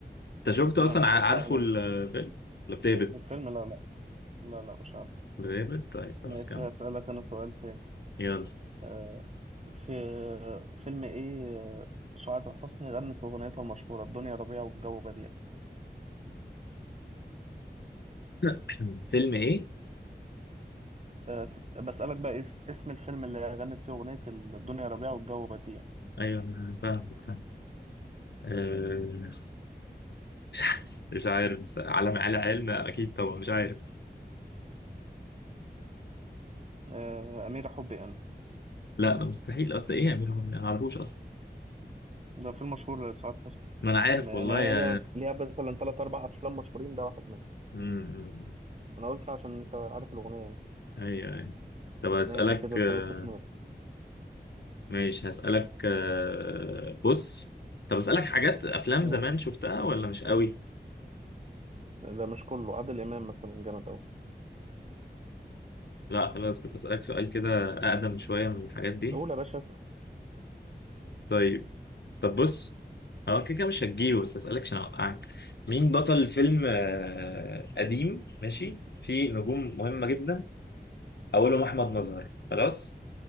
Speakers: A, on the left; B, on the right.
A: انت شفت
B: لا
A: اصلا
B: مش
A: ع-
B: قاطع
A: عارفه
B: عليه
A: الفيلم كلاب ديفيد
B: الفيلم لا لا لا لا مش عارف
A: كلاب ديفيد طيب
B: ماشي
A: خلاص كمل
B: هسألك انا سؤال تاني
A: يلا
B: آه، في فيلم ايه آه، سعاد حسني غنت اغنيتها المشهورة الدنيا ربيع والجو بديع
A: <clears throat> فيلم ايه
B: آه، ف- بسألك بقى اس- اسم الفيلم اللي غنت فيه اغنية الدنيا ربيع والجو بديع
A: ايوه انا فاهمك فاهم آه، <laughs> مش عارف مش عارف بس على على علم اكيد طبعا مش عارف
B: آه، أميرة حبي انا
A: لا ده مستحيل اصلا ايه يعملوا هم؟ ما اعرفوش اصلا
B: ده فيلم مشهور لسعاد حسني
A: ما انا عارف
B: يعني
A: والله
B: هي
A: يا
B: ليها ليها مثلا ثلاث اربع افلام مشهورين ده واحد منهم
A: م- م-
B: انا قلت عشان انت عارف الاغنية
A: ايوه ايوه طب هسألك
B: ماشي كده
A: آه،
B: تلاتة اتنين
A: ماشي هسألك آه، بص طب اسألك حاجات افلام
B: مم.
A: زمان شفتها ولا مش قوي
B: ده مش كله عادل إمام مثلا جامد أوي
A: لا خلاص كنت أسألك سؤال كده أقدم شوية من الحاجات دي
B: قول يا باشا اسأل.
A: طيب طب بص هو كده كده مش هتجيبه بس أسألك عشان أوقعك مين بطل فيلم آه، قديم ماشي فيه نجوم مهمة جدا أولهم أحمد مظهر خلاص